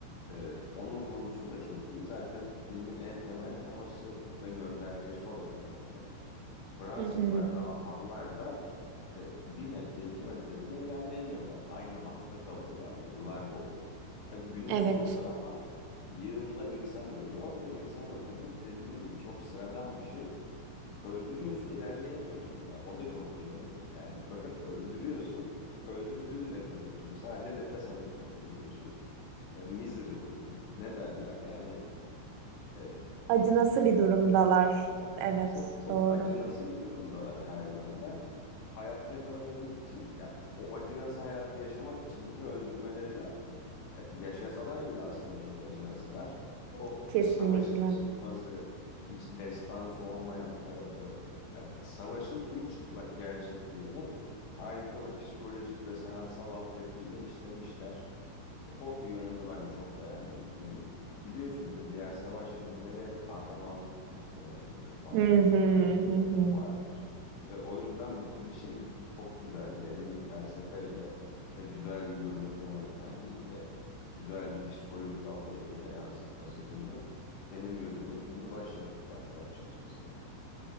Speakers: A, on the left; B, on the right.
A: E, onun vurgusu da çok iyi. Zaten filmin en temel teması ve göndergesi oydu herhalde. Fransızlar
B: Hı hı.
A: da Almanlar da e, bir metre iki metre bile ilerleyemiyorlar. Aynı hatta kalıyorlar yıllar boyu. E, günün
B: Evet.
A: sonunda ama yığınla insan ölüyor ve insan öldürmek dediğin gibi çok sıradan bir şey. Öldürüyorsun ilerleyemiyorsun da. O da çok ironik yani. <laughs> Öldürüyorsun öldürdüğünle kalıyorsun. Sadece nefes alıp verebiliyorsun. E, miserable ne derler yani e,
B: Acı nasıl bir durumdalar? Evet.
A: çok çok
B: Doğru.
A: acınası bir durumdalar her yönden. Hayatta kalabilmek için ya o acınası hayatı yaşamak için bile öldürmeleri lazım. Ya- Yaşasalar bile aslında çok acınasılar. O
B: Kesinlikle.
A: savaşın çıkmazı, hiç destansı olmayan tarafı, ya savaşın tüm çıplak gerçekliğini harika bir psikolojik ve sanatsal altyapıyla işlemişler. O yönünü ben çok beğendim filmin. Biliyorsun bir de diğer savaş filmleri hep kahramanlık üstüne yazılır falan.
B: Hı hı
A: Hep bir
B: hı
A: epik
B: hı.
A: vardır. E, o yüzden bu klişeyi çok güzel, derin bir felsefeyle ve güzel bir görüntü yönetmenliğiyle, güzel bir psikolojik altyapıyla yansıtması filmi benim gözümde filmi başyapıt yaptı açıkçası yani.